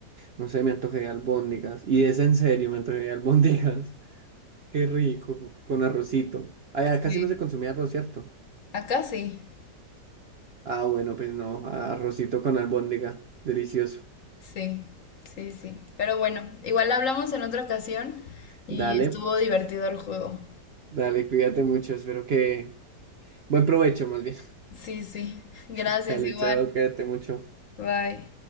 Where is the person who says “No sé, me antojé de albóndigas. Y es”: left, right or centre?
Right